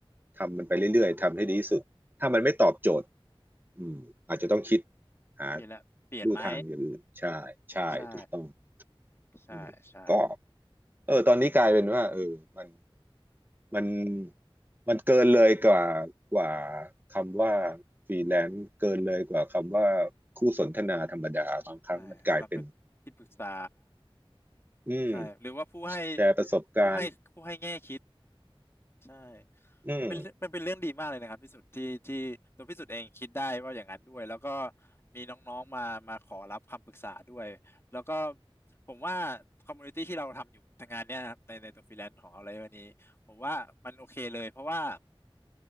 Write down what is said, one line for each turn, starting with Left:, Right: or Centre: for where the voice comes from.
Right: ทำมันไปเรื่อยๆทำให้ดีที่สุดถ้ามันไม่ตอบโจทย์อืมอาจจะต้องคิดหา
Left: เปลี่ยนละเปลี่ยนไหม
Right: ลู่ทางอย่างอื่นใช่ใช่ถูกต้อง
Left: ใช่ใช่ใช่
Right: อืมก็เออตอนนี้กลายเป็นว่าเออมันมันมันเกินเลยกว่ากว่าคำว่าฟรีแลนซ์เกินเลยกว่าคำว่าคู่สนทนาธรรมดาบางครั้งมันกลายเป็น
Left: ใช่เราเป็นที่ปรึกษา
Right: อืม
Left: ใช่หรือว่าผู้ให้
Right: แชร์ประสบการณ์
Left: ผู้ให้ผู้ให้แง่คิด ใช่
Right: อืม
Left: มันเป็นเรื่องมันเป็นเรื่องดีมากเลยนะครับพี่สุดที่ที่ตัวพี่สุดเองคิดได้ว่าอย่างนั้นด้วยแล้วก็มีน้องๆมามาขอรับคำปรึกษาด้วยแล้วก็ผมว่าคอมมูนิตี้ที่เราทำอยู่ทางงานเนี่ยนะครับในในตัวฟรีแลนซ์ของเราเลยวันนี้ผมว่ามันโอเคเลยเพราะว่า